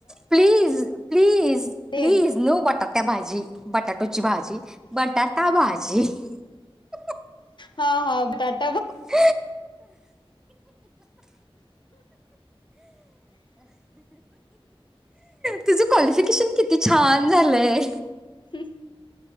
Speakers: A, in the centre; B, on the left (about 50°).
A: प्लीज प्लीज
B: ते
A: प्लीज नो बट त्या भाजी बटाटो ची भाजी बटाटा भाजी <unintelligible>
B: हा हा बटा
A: <unintelligible> तुझ काॅलीक्फिकेशन किती छान झालंय?
B: ह